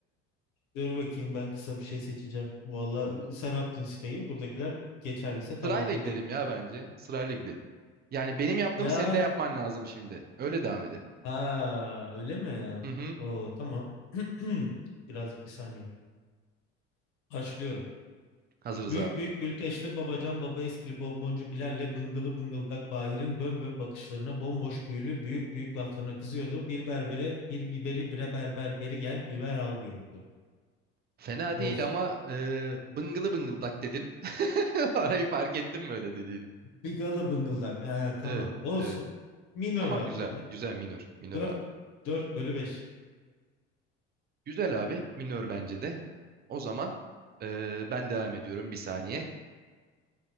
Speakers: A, on the left; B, on the right.
A: Dur bakayım ben kısa bir şey seçeceğim. Vallahi sen attın siteyi. Buradakiler geçerliyse tamam
B: Sırayla
A: buldum.
B: gidelim ya bence. Sırayla gidelim. Yani benim yaptığımı
A: Ya
B: senin de yapman lazım şimdi. Öyle devam edelim.
A: ha öyle mi?
B: Hı hı.
A: Oo tamam. <clears throat> Birazcık bir saniye. Başlıyorum.
B: Hazırız
A: Büyük
B: abi.
A: büyük bülteşli babacan baba eskili bonboncu Bilal'le bıngılı bıngıldak Bahir'in bön bön bakışlarına bomboş büyülü büyük büyük laflarına kızıyordu. Bir berbere bir biberi bre berber beri gel biber al diyordu.
B: Fena
A: Of.
B: değil ama e, bıngılı bıngıldak dedin. <laughs> Orayı fark ettim böyle dediğini.
A: Bigalı bıngıldak. Ha, tamam
B: Evet,
A: olsun.
B: evet.
A: Minor
B: Ama
A: abi
B: güzel.
A: yine.
B: Güzel minör. Minör
A: 4
B: abi.
A: 4 bölü 5.
B: Güzel abi. Minör bence de. O zaman e, ben devam ediyorum bir saniye.